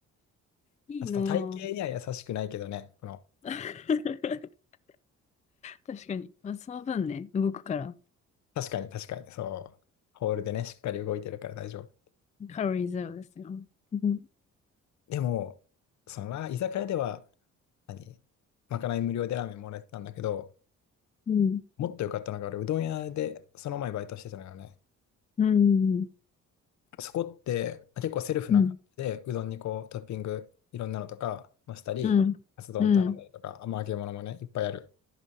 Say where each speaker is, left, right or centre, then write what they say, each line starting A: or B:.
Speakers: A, on the left (about 25°); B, on the left (about 65°).
A: いいな
B: ちょっと体型には優しくないけどね、この、
A: <laughs> 確かに。まあ、その分ね、動くから、
B: 確かに確かに、そう、ホールでね、しっかり動いてるから大丈夫。
A: カロリーゼロですよ。うん。
B: でも、そのラ、居酒屋では、何、まかない無料でラーメンもらえてたんだけど、
A: うん。
B: もっと良かったのが、俺、うどん屋で、その前バイトしてたのよね。
A: うん。
B: そこってあ結構セルフな感じで、
A: うん。
B: うどんにこうトッピングいろんなのとか、ましたり、
A: うん。
B: カツ丼頼んだりとか、
A: う
B: あまあ揚げ物もね、いっぱいある